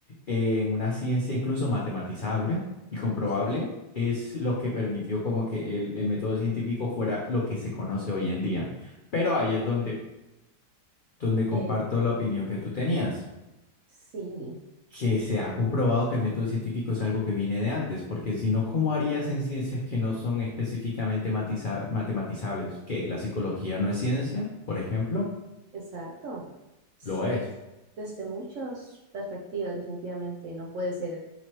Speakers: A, on the left; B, on the right.
A: en una ciencia incluso matematizable y comprobable
B: Sí,
A: es lo que permitió como que el, el método científico fuera lo que se conoce hoy en día. Pero ahí es donde, donde comparto
B: eh,
A: la opinión que tú tenías,
B: sí,
A: que se ha comprobado que el método científico es algo que viene de antes, porque si no, ¿cómo harías en ciencias que no son específicamente matiza- matematizables? ¿Que la psicología no es ciencia, por ejemplo?
B: exacto. Sí,
A: Lo es.
B: desde muchas perspectivas, definitivamente no puede ser